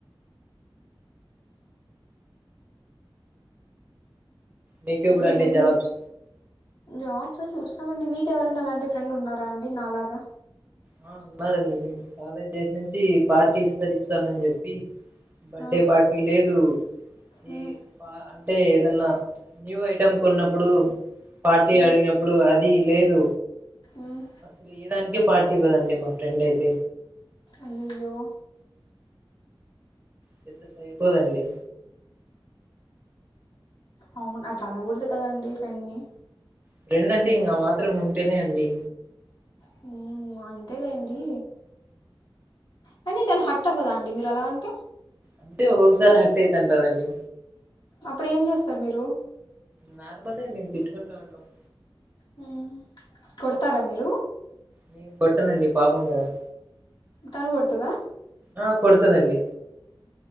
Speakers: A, on the right; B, on the left.
A: మీకు ఇప్పుడు
B: ఇంకేంటండి
A: అండి జాబ్స్
B: మీ జాబ్స్ చూస్తామండి మీకు ఎవరైనా అలాంటి ఫ్రెండ్ ఉన్నారా అండి నాలాగా
A: ఆ ఉన్నారండి కాలేజ్ డేస్ నుంచి పార్టీస్తరి ఇస్తానని చెప్పి బర్డే
B: ఆ
A: పార్టీ లేదు
B: మ్మ్
A: ఏ అంటే ఏదన్నా న్యూ ఐటమ్ కొన్నప్పుడు పార్టీ
B: మ్మ్
A: అడిగినప్పుడు అది అది లేదు
B: మ్మ్
A: అసలు ఈ దానికే పార్టీ ఇవ్వదండి మా ఫ్రెండ్ అయితే
B: అయ్యయ్యో
A: పెద్ద సైకోదండి
B: అవును అట్లా అనకూడదు కదండి ఫ్రెండ్ని
A: ఫ్రెండ్ అంటే ఇంకా మాత్రం ఉంటేనే అండి
B: హమ్ అంతేలేండి కానీ తను హర్ట్ అవ్వ దండి మీరు అలా అంటే
A: అంటే ఒకసారి హట్ అవుతుంటుందండి
B: అప్పుడు ఏం చేస్తారు మీరు
A: నార్మలే మేము తిట్టుకుంటాము ఉంటాము
B: హ కొడతారా మీరు
A: నేను కొట్టనండి పాపం కదా
B: తను కొడుతాదా
A: ఆ కొడతుదండి